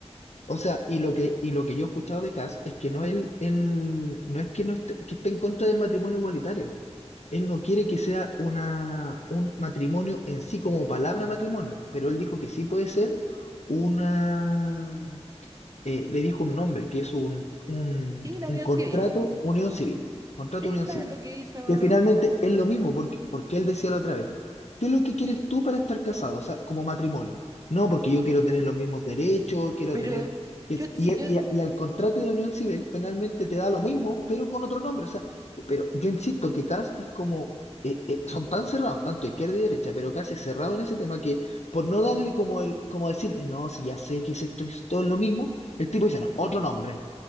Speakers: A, on the left (about 70°); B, on the right (about 30°).
A: O sea, y lo que, y lo que yo he escuchado de Kass es que no él, él no es que no esté, que esté en contra del matrimonio igualitario. Él no quiere que sea una, un matrimonio en sí como palabra matrimonio, pero él dijo que sí puede ser una eh, le dijo un nombre, que es un, un,
B: Sí, la
A: un
B: Unión
A: contrato
B: Civil,
A: unión civil, contrato
B: sí,
A: unión
B: la,
A: civil,
B: lo que hizo,
A: que finalmente es lo mismo, porque, porque él decía la otra vez, ¿qué es lo que quieres tú para estar casado? O sea, como matrimonio. No, porque yo quiero tener los mismos derechos, quiero
B: pero
A: tener... que-
B: yo,
A: Y,
B: si yo...
A: y, y al contrato de unión civil finalmente te da lo mismo, pero con otro nombre. O sea, eh, pero yo insisto que CAS es como... eh, eh, son tan cerrados, tanto izquierda y derecha, pero CAS es cerrado en ese tema que por no darle como el, como decirle, no, si ya sé que es esto, esto es lo mismo, el tipo dice, no, otro nombre,